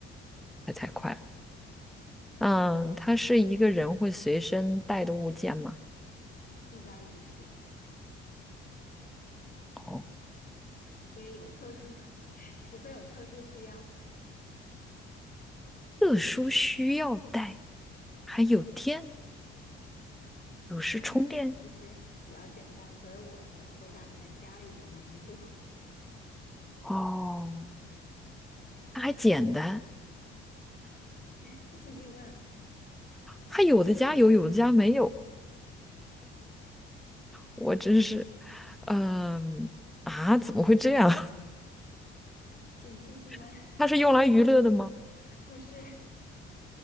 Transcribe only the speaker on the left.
一般不是，
除非有特殊，<laughs> 除非有特殊需要。
因为这个其实比较简单，所以我的回答给它加了一点难度。
<laughs> 继续问啊，
请继续问。
<laughs> 不是，